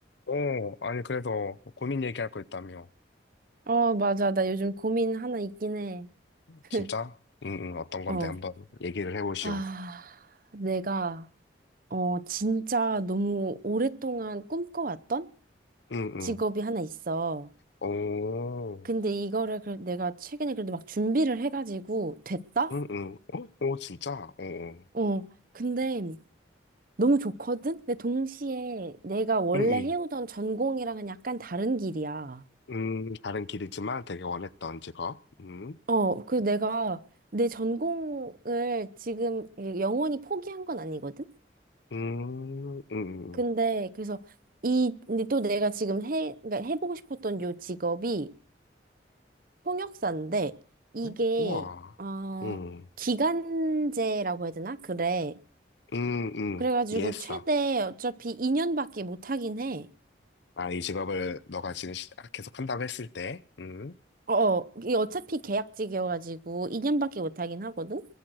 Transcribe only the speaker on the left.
어, 아니, 그래서 뭐 고민 얘기할 거 있다며.
진짜? 응, 응, 어떤 건데
한번 얘기를 해보시오.
응, 응.
오,
응, 응. 어? 오, 진짜? 어, 어.
응, 응.
음, 다른 길이지만 되게 원했던 직업. 음,
음, 음, 음.
음. 우와.
음,
음, 음.
이해했어.
아, 이 직업을 너가 지금 시- 계속 한다고 했을 때. 음,